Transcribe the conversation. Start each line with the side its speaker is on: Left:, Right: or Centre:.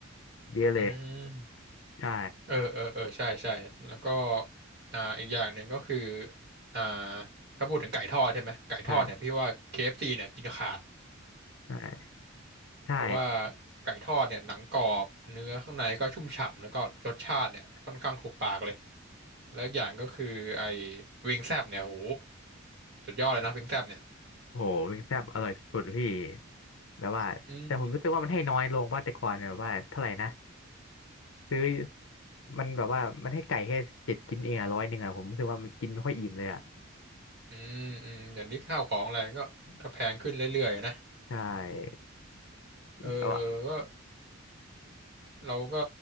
Left: เยอะเลย
Right: อืม
Left: ใช่
Right: อเออเออเออใช่ใช่แล้วก็อ่าอีกอย่างหนึ่งก็คืออ่าถ้าพูดถึงไก่ทอดใช่ไหมไก่ทอดเนี่ยพี่ว่าเคเอฟซีเนี่ยกินขาด
Left: ใช่ใช่ใช่
Right: เพราะว่าไก่ทอดเนี่ยหนังกรอบเนื้อข้างในก็ชุ่มฉ่ำแล้วก็รสชาติเนี่ยค่อนข้างถูกปากเลยแล้วอกอย่างก็คือไอ้วิงแซบเนี่ยโหสุดยอดเลยนะวิงแซบเนี่ย
Left: โหวิงแซ่บอร่อยสุดๆพี่แบบว่าแต่ผมรู้สึกว่ามันให้น้อยลงว่าแต่ก่อนแบบว่าเท่าไหร่นะ
Right: อืม
Left: ซื้อมันแบบว่า มันให้ไก่แค่เจ็ดชิ้นเองอะร้อยหนึ่งอะผมรู้สึกว่ามันกินไม่ค่อยอิ่มเลยอะ
Right: อืมอืมอย่างนี้ข้าวของอะไรมันก็ก็แพงขึ้นเรื่อยๆนะ
Left: ใช่
Right: เออ
Left: แต่ว่า
Right: ก็เราก็